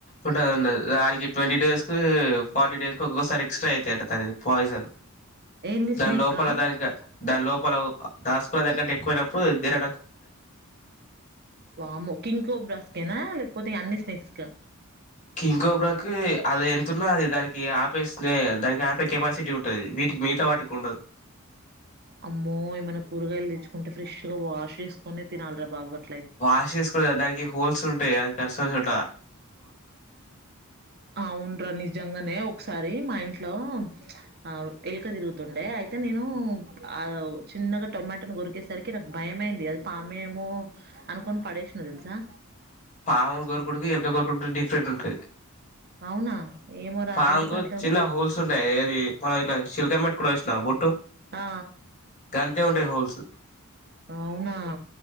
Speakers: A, on the left; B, on the right.
A: ఉంట అ ఉంటదునికి ట్వంటీ డేస్ కి ఫార్టీ డేస్ కి ఒక్కోసారి ఎక్స్ట్రా అవుతాయి అట దా పాయిజన్
B: ఏం స్నేక్క
A: దాని లోపల దానికి దాని లోపల దాసుకునే దానికంటే ఎక్కువయినప్పుడు నేను
B: వామ్మో కింగ్ కోబ్రస్కేనా లేకపోతే అన్ని నెక్స్కా
A: కింకోబ్రాకి అది ఎంంతతున్నా అది దానికి ఇ ఆపేస్తే దానికి ఆపే కెపాసిటీ ఉంటుంది వీటికి మిగతా వాటికి ఉండదు
B: అమ్మో ఏమన్న కూరగాయలు తెచ్చుకుంటే ఫ్ర్రిష్ గా వాష్ చేసుకునే తినాలరా బాబుర్
A: వాష్ చేేసుకో దానికి హోల్స్ ఉంటాయి చారి
B: అవునురా నిజ్ జంగనే ఒకసారి మా ఇంట్లో ఆ ఎలుక తిరుగుతుండే అయితే నేను ఆ చిన్నగా టొమాటాను గొరికేసరికి నాకు భయమయింది అది పామేమో అనుకొని పడేసిన తెలుసా
A: పావం కోర కొడుకు ఇలకా కోర కొడుకు డిఫరెంట్ ఉంట
B: అవునా ఏమోరా
A: పాముకు
B: రెండు కాట్లే
A: చిన్న
B: ఉంటాయి
A: హోల్స్ ఉంటాయి అది మనం ఇట్లా చిల్కం మట్టు కూడా వసినా బొట్టు
B: ఆ,
A: గంతే ఉంటాయి హోల్స్
B: అవునా